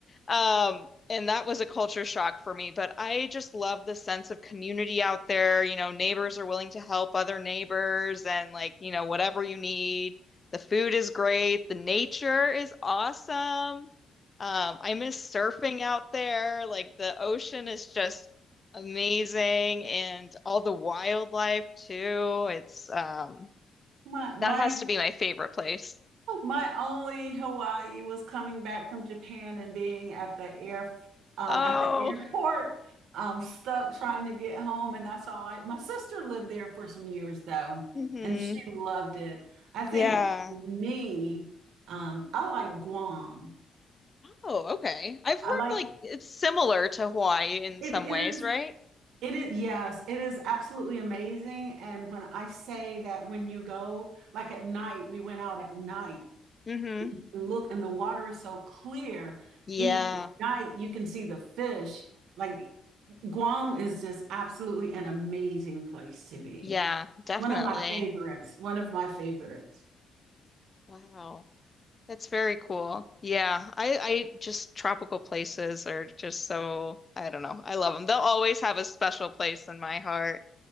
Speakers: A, on the left (about 30°); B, on the right (about 80°).
A: um, and that was a culture shock for me, but I just love the sense of community out there. You know, neighbors are willing to help other neighbors and like, you know, whatever you need. The food is great. The nature is awesome. Um, I miss surfing out there. Like the ocean is just amazing and all the wildlife too. It's um
B: my my
A: that has to be my favorite place.
B: My only Hawaii was coming back from Japan and being at the air um,
A: Oh,
B: at the airport, um, stuck trying to get home, and that's all I. My sister lived there for some years though,
A: hmm
B: and she loved it. I
A: Yeah.
B: think me, um, I like Guam.
A: Oh, okay. I've heard
B: I like
A: like it's similar to Hawaii in
B: it
A: some
B: is
A: ways, right?
B: it is yes, it is absolutely amazing. And when I say that when you go like at night, we went out at night
A: Mm-hmm.
B: and look, and the water is so clear.
A: Yeah.
B: Even at night, you can see the fish. Like Guam is just absolutely an amazing place to be.
A: Yeah, definitely.
B: One of my favorites. One of my favorites.
A: Wow. That's very cool. Yeah. I I just tropical places are just so I don't know. I love them. They'll always have a special place in my heart.